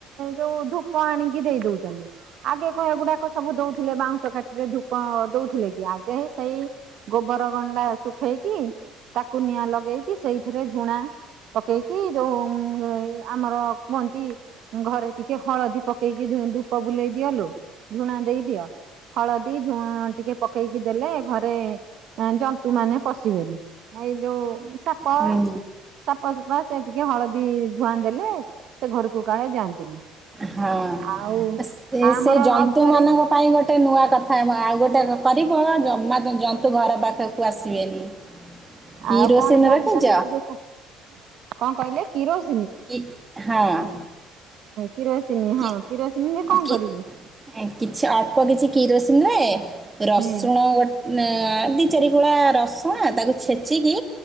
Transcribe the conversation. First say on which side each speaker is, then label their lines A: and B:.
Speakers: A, on the right (about 60°); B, on the right (about 20°).
A: ଯୋଉ ଧୂପ ଆଣିକି ଦେଇ ଦଉଛନ୍ତି ଆଗେ କଣ ଏଗୁଡା ସବୁ ଦଉଥିଲେ ବାଉଁଶ କାଠିରେ ଧୂପ ଦଉଥିଲେ କି ଆଗେ ସେଇ ଗୋବର ଗଣ୍ଡା ଶୁଖା ପଠେଇକି ତାକୁ ନିଆଁ ଲଗେଇକି ସେଇଥିରେ ଝୁଣା ପକେଇକି ଯୋଉ ଆମର କୁହନ୍ତି ଘରେ ଟିକେ ହଳଦୀ ପକେଇକି ଧୂପ ବୁଲେଇ ଦିଅଲ ଝୁଣା ଦେଇ ଦିଅ। ହଳଦୀ ଝୁଣ ଟିକେ ପକେଇକି ଦେଲେ ଘରେ ଜନ୍ତୁ ମାନେ ପଶିବେନି। ଏଇ ଯୋଉ ସାପ
B: ହୁଁ
A: ସାପସୁପା ସେ ଟିକେ ହଳଦୀ ଧୂଆଁ ଦେଲେ ସେ ଘରକୁ କାଳେ ଯାଆନ୍ତିନି।
B: ହଁ
A: ଆଉ
B: ସେ
A: ଆମର
B: ଜନ୍ତୁମାନଙ୍କ
A: ରଜରେ
B: ପାଇଁ ଗୋଟେ ନୂଆ କଥା ହେବ ଆଉ ଗୋଟେ କରିବ ଜମା ଜନ୍ତୁ ଘର ପାଖକୁ ଆସିବେନି। କିରୋସିନ
A: ଆଉ କଣ ଜାଣିଛନ୍ତି
B: ରଖିଛ?
A: ଟିକେ କ କଣ କହିଲେ କିରୋଜ
B: କି ହଁ।
A: କିରୋସିନୀ
B: କି
A: ହଁ କିରୋସିନୀ କଣ
B: କି
A: କରିବୁ?
B: କିଛି ଅଳ୍ପ କିଛି କିରୋସିନ ରେ ରସୁଣ
A: ହୁଁ
B: ଗ ଦି ଚାରିଗୁଳା ରସୁଣ ତାକୁ ଛେଚିକି